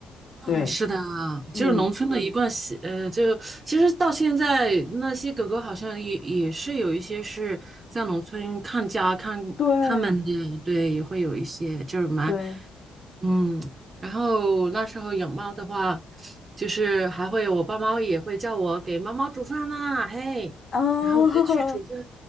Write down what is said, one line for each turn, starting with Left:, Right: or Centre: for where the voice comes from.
Right: 啊，
Left: 对，
Right: 是的啊，就是农村的一贯习，
Left: 嗯，
Right: 呃，就其实到现在那些狗狗好像也也是有一些是在农村看家看它们的，
Left: 对
Right: 对，也会有一些就是蛮，
Left: 对，
Right: 嗯，然后那时候养猫的话，就是还会我爸妈也会叫我给猫猫煮饭啦，嘿，
Left: 啊，
Right: 然后我就去煮饭，
Left: <laughs>